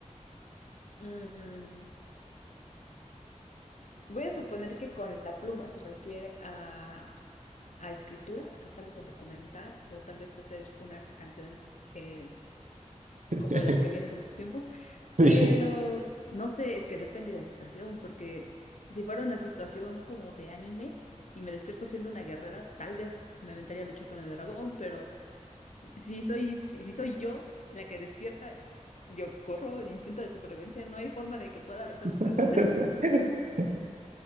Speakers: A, on the left; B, on the right.
A: Mm, voy a suponer que con la pluma se refiere a, a escritura, a tal vez a documentar o tal vez hacer una canción eh,
B: <laughs>
A: como las que vienen en sus tiempos,
B: Sí,
A: pero no sé, es que depende de la situación, porque si fuera una situación como de anime y me despierto siendo una guerrera, tal vez me aventaría a luchar con el dragón, pero si soy, si, si soy yo la que despierta, yo corro de instinto de supervivencia, no hay forma de que pueda vencer un dragón.
B: <laughs>
A: <laughs>